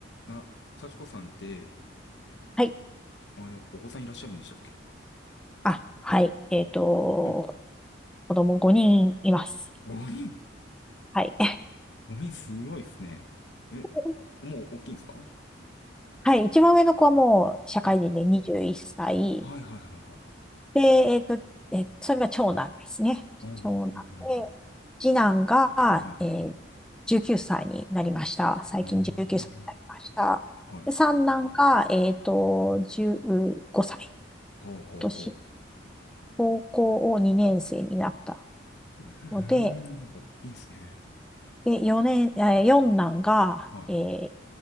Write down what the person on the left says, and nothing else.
あ、幸子さんって、
あれ、お子さんいらっしゃるんでしたっけ
うん。
5人
?5 人すごいですね。え、
もう大きいんですか
うん。はいはいはいは
いはい。うんうんうんう
ん
うん。はい。
うんうんうんうん。はい。
ほうほうほ
う。うーん、
大きいですね。
は